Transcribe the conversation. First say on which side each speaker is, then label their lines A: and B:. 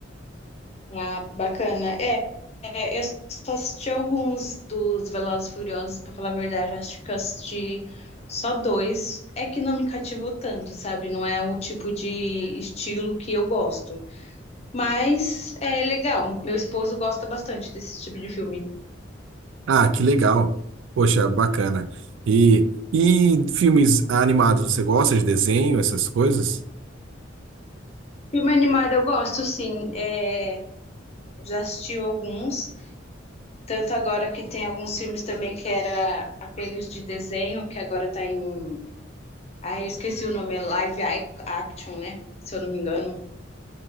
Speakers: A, on the left; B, on the right.
A: Ah, bacana. É, é, eu só assisti alguns dos Velozes e Furiosos, para falar a verdade, acho que eu assisti só dois. É que não me cativou tanto, sabe? Não é o tipo de estilo que eu gosto. Mas é legal. Meu esposo gosta bastante desse tipo de filme.
B: Ah, que legal. Poxa, bacana. E, e filmes animados, você gosta de desenho, essas coisas?
A: Filme animado eu gosto, sim. É, já assisti alguns. Tanto agora que tem alguns filmes também que era aqueles de desenho, que agora tá em. Ah, eu esqueci o nome, é live action, né? Se eu não me engano.